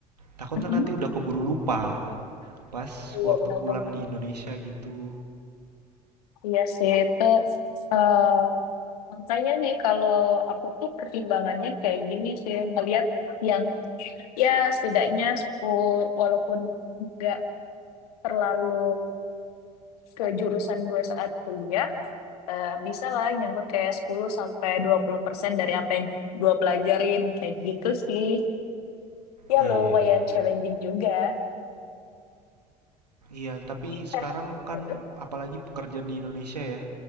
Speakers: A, on the right (about 80°); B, on the left (about 70°).
A: takutnya
B: mm,
A: nanti udah keburu lupa pas
B: Iya
A: waktu
B: benar-benar.
A: pulang di Indonesia gitu.
B: Iya sih itu eh, makanya sih kalau aku tuh pertimbangannya kayak gini sih ngelihat yang ya setidaknya 10 walaupun nggak terlalu ke jurusan gue saat kuliah eh, bisa lah nyangkut kayak 10 sampai 20% dari apa yang gue pelajarin kayak gitu sih ya
A: Iya
B: lumayan
A: iya iya. iya.
B: challenging juga
A: Iya, tapi sekarang
B: eh
A: kan
B: eh,
A: apalagi pekerjaan di Indonesia ya,